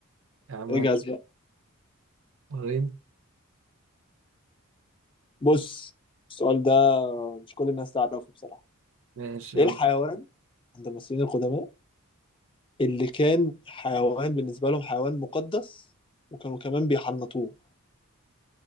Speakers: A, on the right (about 60°); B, on the left (about 25°).
A: يا عم
B: اجهز
A: هنشوف
B: بقى
A: وريني
B: بص السؤال ده مش كل الناس تعرفه بصراحة
A: ماشي
B: إيه
A: يلا
B: الحيوان عند المصريين القدماء اللي كان حيوان بالنسبة لهم حيوان مقدس وكانوا كمان بيحنطوه